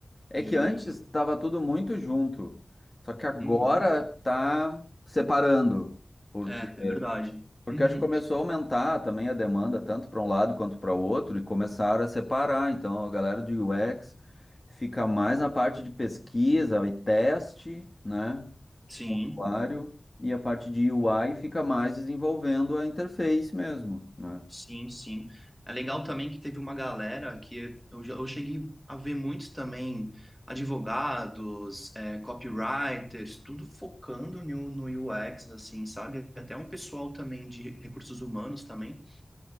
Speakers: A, on the left (about 30°); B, in the centre.
A: É
B: E.
A: que antes estava tudo muito junto, só que agora
B: Uhum.
A: tá separando, porque
B: É, é verdade.
A: porque
B: Uhum.
A: acho que começou a aumentar também a demanda tanto para um lado quanto para o outro e começaram a separar. Então a galera do UX fica mais na parte de pesquisa e teste, né,
B: Sim.
A: com o usuário, e a parte de UI fica mais desenvolvendo a interface mesmo, né?
B: Sim, sim. É legal também que teve uma galera que eu, já- eu cheguei a ver muitos também, advogados, é, copywriters, tudo focando no, no UX, assim, sabe? Até um pessoal também de recursos humanos também,